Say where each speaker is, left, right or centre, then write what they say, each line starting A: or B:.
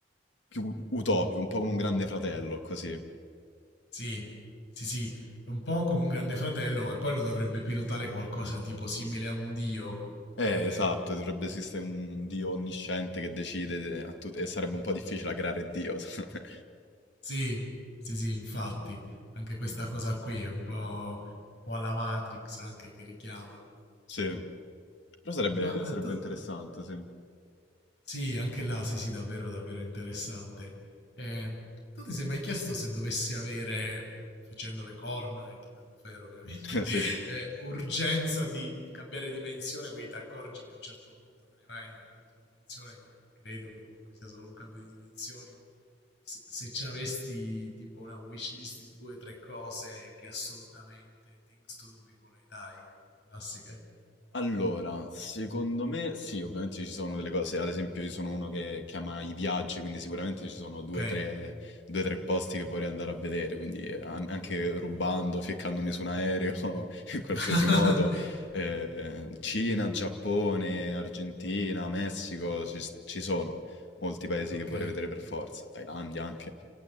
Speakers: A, on the left; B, on the left.
A: più utopico, un po' come un grande fratello, così.
B: sì, sì, sì, è un po' come un grande fratello e poi lo dovrebbe pilotare qualcosa tipo simile a un dio.
A: Eh,
B: Eh,
A: esatto, dovrebbe esistere un Dio onnisciente che decide de- a tutti, e sarebbe un po' difficile creare Dio, <laughs> secondo me.
B: sì, sì, sì, infatti, anche questa cosa qui è un po', un po' alla Matrix anche che richiama.
A: Sì, però sarebbe,
B: Ma eh,
A: sarebbe
B: tu
A: interessante, sì.
B: Sì, anche là, sì, sì, davvero, davvero interessante. Eh, tu ti sei mai chiesto se dovessi avere, facendo le corna e toccando ferro ovviamente,
A: <laughs>
B: <laughs>
A: Sì, sì.
B: eh, urgenza di cambiare dimensione, quindi ti accorgi che a un certo punto te ne vai nell'altra dimensione, io credo che comunque sia solo un cambio di dimensioni, se, se ci avessi tipo una wish list di due o tre cose che assolutamente things to do before I die, le classiche.
A: Allora, secondo me sì, ovviamente ci sono delle cose, ad esempio io sono uno che, che ama i viaggi, quindi sicuramente ci sono due
B: Ok.
A: o tre, due, tre posti che vorrei andare a vedere, quindi an- anche rubando, ficcandomi su un aereo, <laughs> in qualsiasi
B: <laughs>
A: modo, eh, Cina, Giappone, Argentina, Messico, ci, s- ci sono molti paesi
B: Ok,
A: che vorrei vedere per forza, Thailandia anche,